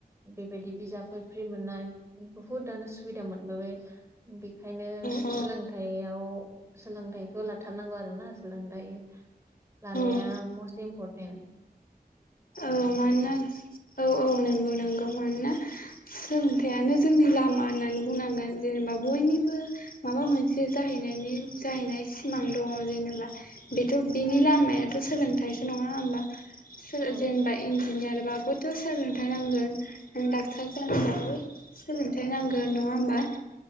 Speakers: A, on the right; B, on the left.
A: बेबायदि बिजाबफोर फ्रि मोननाय बुहुतआनो सुबिदा मोनबोबाय बि खायनो
B: औ
A: सोलोंथाइयाव सोलोंथाइखौ लाथारनांगौ आरोना सोलोंथाइ लानाया
B: औ
A: मस्ट इमपरट टेन <inaudible>
B: औ मानोना? औ औ नंगौ नंगौ मानोना सोलोंथाइयानो जोंनि लामा होननानै बुंनांगोन जेनेबा बयनिबो माबा मोनसे जाहैनायनि जाहैनाय सिमां दङ जेनेबा बेथ बेनि लामायाथ सोलोंथाइसो नङा होनबा? सोलोंथायहोनबा
A: औ
B: इन्जिनियारबाबोथ सोलोंथाइ नांगोन डाक्टार जानोबाबो सोलोंथाइ नांगोन नङा होमबा?